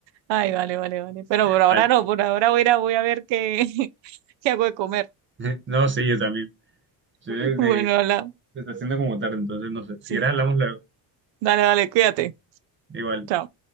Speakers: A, on the right; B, on the right.
A: Ay, vale, vale, vale. Pero por ahora
B: Vale.
A: no, por ahora voy a ir a, voy a ver qué, <laughs> qué hago de comer.
B: <laughs> No, sí, yo también. Sí,
A: <laughs>
B: de-
A: Bueno, hola.
B: se está haciendo como tarde, entonces no sé. Si
A: Sí.
B: quieres hablamos luego.
A: Dale, dale, cuídate.
B: Igual.
A: Chao.